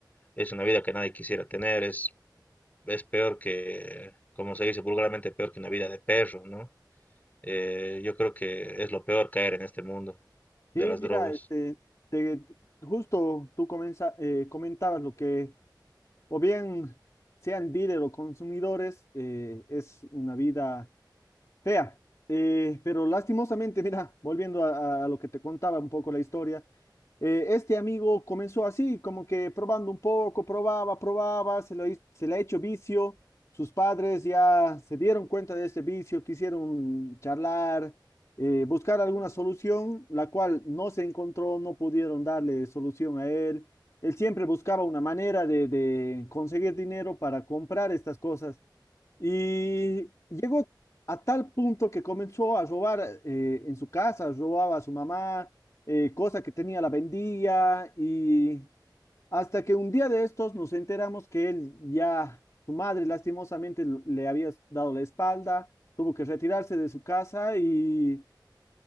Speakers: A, on the left; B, on the left.
A: es una vida que nadie quisiera tener, es, es peor que, como se dice vulgarmente, peor que una vida de perro, ¿no? Eh, yo creo que es lo peor caer en este mundo de
B: Sí,
A: las
B: mira,
A: drogas.
B: este, te- justo tú comenza- eh, comentabas lo que, o bien sean dealer o consumidores, eh, es una vida fea. Eh, pero lastimosamente, <laughs> mira, volviendo a, a- a lo que te contaba un poco la historia, eh, este amigo comenzó así, como que probando un poco, probaba, probaba, se, lo, hi- se le ha hecho vicio. Sus padres ya se dieron cuenta de este vicio, quisieron charlar, eh, buscar alguna solución, la cual no se encontró, no pudieron darle solución a él. Él siempre buscaba una manera de, de conseguir dinero para comprar estas cosas. Y llegó a tal punto que comenzó a robar eh, en su casa, robaba a su mamá, eh, cosa que tenía la vendía, y hasta que un día de estos nos enteramos que él ya, su madre lastimosamente l- le había dado la espalda, tuvo que retirarse de su casa y